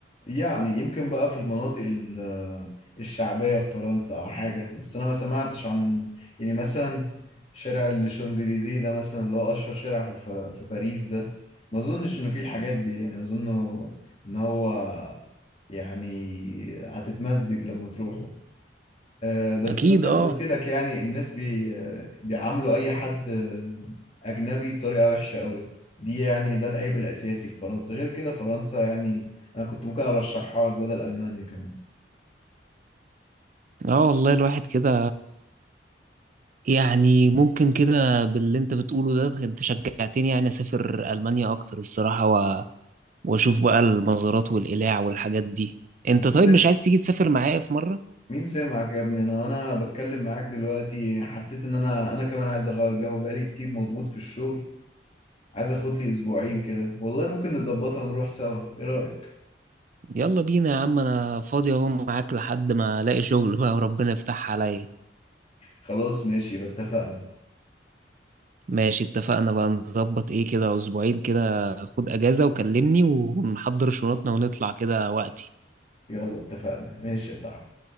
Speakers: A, on the left; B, on the right.
A: يعني يمكن بقى في المناطق ال- الشعبية في فرنسا أو حاجة بس أنا ما سمعتش عن يعني مثلا شارع الشانزليزيه ده مثلا اللي هو أشهر شارع في, في, في باريس ده ما أظنش إنه فيه الحاجات دي يعني أظن إن هو يعني هتتمزج لما تروحه آه، بس
B: اكيد
A: انا زي
B: اه
A: ما قلت لك يعني الناس بي آه، بيعاملوا اي حد آه، اجنبي بطريقه وحشه قوي دي يعني ده العيب الاساسي في فرنسا غير كده فرنسا يعني انا كنت ممكن ارشحها لك بدل المانيا كمان
B: اه والله الواحد كده يعني ممكن كده باللي انت بتقوله ده انت شجعتني يعني اسافر ألمانيا اكتر الصراحة و... واشوف بقى المزارات والقلاع والحاجات دي انت
A: مين
B: طيب
A: سمع
B: مش عايز تيجي تسافر معايا في مرة
A: مين سمعك يا ابني انا انا بتكلم معاك دلوقتي يعني حسيت ان انا انا كمان عايز اغير جو بقالي كتير مضغوط في الشغل عايز اخد لي اسبوعين كده والله ممكن نظبطها ونروح سوا ايه رايك
B: يلا بينا يا عم انا فاضي اهو معاك لحد ما الاقي شغل بقى وربنا يفتح عليا
A: خلاص ماشي يبقى اتفقنا
B: ماشي اتفقنا بقى نظبط ايه كده اسبوعين كده خد اجازة وكلمني ونحضر شنطنا ونطلع كده وقتي
A: يلا اتفقنا ماشي يا صاحبي